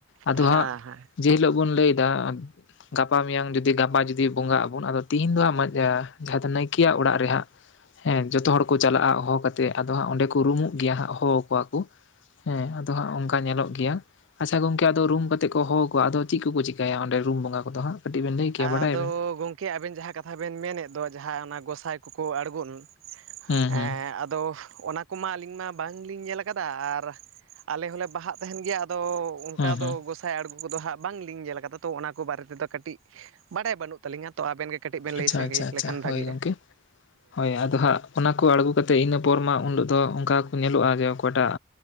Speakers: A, on the left (about 60°); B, on the right (about 70°).
A: ᱟᱫᱚ
B: ᱦᱮᱸ
A: ᱦᱟᱸᱜ
B: ᱦᱮᱸ
A: ᱡᱮ ᱦᱤᱞᱳᱜ ᱵᱚᱱ ᱞᱟᱹᱭ ᱮᱫᱟ ᱜᱟᱯᱟ ᱢᱮᱭᱟᱝ ᱡᱩᱫᱤ ᱜᱟᱯᱟ ᱡᱩᱫᱤ ᱵᱚᱸᱜᱟᱜ ᱟᱵᱚᱱ ᱟᱫᱚ ᱛᱤᱦᱤᱧ ᱫᱚ ᱦᱟᱸ ᱢᱟᱡᱟ ᱜᱷᱟᱛ ᱱᱟᱭᱠᱮ ᱭᱟᱜ ᱚᱲᱟᱜ ᱨᱮ ᱦᱟᱸᱜ ᱦᱮᱸ ᱡᱚᱛᱚ ᱦᱚᱲ ᱠᱚ ᱪᱟᱞᱟᱜᱼᱟ ᱦᱚᱦᱚ ᱠᱟᱛᱮᱜ ᱟᱫᱚ ᱦᱟᱸᱜ ᱚᱸᱰᱮ ᱠᱚ ᱨᱩᱢᱩᱜ ᱜᱮᱭᱟ ᱦᱟᱸᱜ ᱦᱚᱦᱚ ᱟᱠᱚᱣᱟ ᱠᱚ ᱦᱮᱸ ᱟᱫᱚ ᱦᱟᱸᱜ ᱚᱝᱠᱟ ᱚᱱᱠᱟ ᱧᱮᱞᱚᱜ ᱜᱮᱭᱟ ᱟᱪᱪᱷᱟ ᱜᱚᱝᱠᱮ ᱟᱫᱚ ᱨᱩᱢ ᱠᱟᱛᱮ ᱠᱚ ᱦᱚᱦᱚ ᱠᱚᱣᱟ ᱟᱫᱚ ᱪᱮᱫ ᱠᱚᱠᱚ ᱪᱤᱠᱟᱹᱭᱟ ᱚᱸᱰᱮ ᱨᱩᱢ ᱵᱚᱸᱜᱟ ᱠᱚᱫᱚ ᱦᱟᱸᱜ? ᱠᱟᱹᱴᱤᱡ ᱵᱮᱱ ᱞᱟᱹᱭ ᱠᱮᱭᱟ ᱵᱟᱰᱟᱭᱟᱵᱮᱱ?
B: ᱟᱫᱚ ᱜᱚᱝᱠᱮ ᱟᱵᱮᱱ ᱡᱟᱦᱟᱸ ᱠᱟᱛᱷᱟ ᱵᱮᱱ ᱢᱮᱱᱮᱫ ᱫᱚ ᱡᱟᱦᱟᱸ ᱚᱱᱟ ᱜᱚᱸᱥᱟᱭ ᱠᱚᱠᱚ ᱟᱬᱜᱳᱱᱟ
A: ᱦᱩᱸ
B: ᱦᱮᱸ
A: ᱦᱩᱸ
B: ᱟᱫᱚ ᱚᱱᱟ ᱠᱚᱢᱟ ᱟᱹᱞᱤᱧ ᱢᱟ ᱵᱟᱝᱞᱤᱧ ᱧᱮᱞ ᱟᱠᱟᱫᱟ ᱟᱨ ᱟᱞᱮ ᱦᱚᱸᱞᱮ ᱵᱟᱦᱟᱜ ᱛᱟᱦᱮᱱ ᱜᱮᱭᱟ ᱟᱫᱚ ᱚᱱᱠᱟᱫᱚ
A: ᱦᱩᱸ ᱦᱩᱸ
B: ᱜᱚᱸᱥᱟᱭ ᱟᱬᱜᱚ ᱠᱚᱫᱚ ᱦᱟᱸᱜ ᱵᱟᱝ ᱞᱤᱝ ᱧᱮᱞ ᱠᱟᱫᱟ ᱛᱚ ᱚᱱᱟ ᱠᱚ ᱵᱟᱨᱮ ᱛᱮᱫᱚ ᱠᱟᱹᱴᱤᱡᱽ ᱵᱟᱰᱟᱭ ᱵᱟᱹᱱᱩᱜ ᱛᱟᱹᱞᱤᱧᱟ ᱛᱚ ᱟᱵᱮᱱ ᱜᱮ ᱵᱮᱱ
A: ᱟᱪᱪᱷᱟ
B: ᱞᱟᱹᱭ ᱥᱟᱸᱜᱮ
A: ᱟᱪᱪᱷᱟ ᱟᱪᱪᱷᱟ
B: ᱞᱮᱠᱷᱟᱱ ᱵᱷᱟᱜᱤᱜᱼᱟ
A: ᱦᱳᱭ ᱜᱚᱝᱠᱮ ᱦᱳᱭ ᱟᱫᱚ ᱦᱟᱸᱜ ᱚᱱᱟᱠᱚ ᱟᱬᱜᱚ ᱠᱟᱛᱮᱫ ᱤᱱᱟᱹ ᱯᱚᱨ ᱢᱟ ᱩᱱᱤᱞᱳᱜ ᱫᱚ ᱚᱱᱠᱟ ᱠᱚ ᱧᱮᱞᱚᱜᱼᱟ ᱡᱮ ᱚᱠᱟᱴᱟᱜ